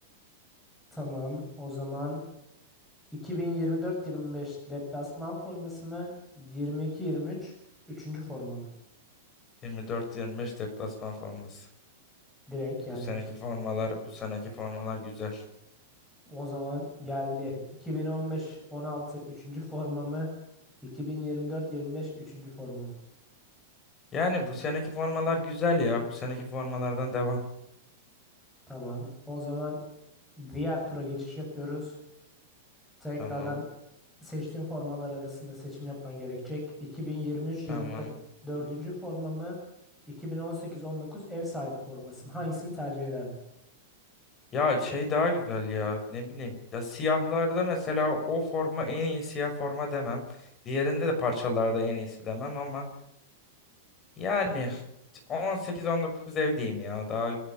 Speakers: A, in the centre; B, on the left (about 20°).
A: Tamam. O zaman 2024-25 deplasman forması mı? 22-23 üçüncü forma mı?
B: 24-25 deplasman forması.
A: Direkt yani.
B: Bu seneki
A: hiç
B: formalar,
A: düşünmedim.
B: bu seneki formalar güzel.
A: O zaman geldi. 2015-16 üçüncü forma mı? 2024-25 üçüncü forma mı?
B: Yani bu seneki formalar güzel ya. Bu seneki formalardan devam.
A: Tamam. O zaman diğer tura geçiş yapıyoruz. Tekrardan
B: Tamam.
A: seçtiğim formalar arasında seçim yapman gerekecek. 2023-24
B: Tamam.
A: dördüncü formamı 2018-19 ev sahibi forması mı? Hangisini tercih ederdin?
B: Ya şey daha güzel ya ne bileyim. Ya siyahlarda mesela o forma en iyi siyah forma demem. Diğerinde de parçalarda en iyisi demem ama yani 18-19 ev diyeyim ya daha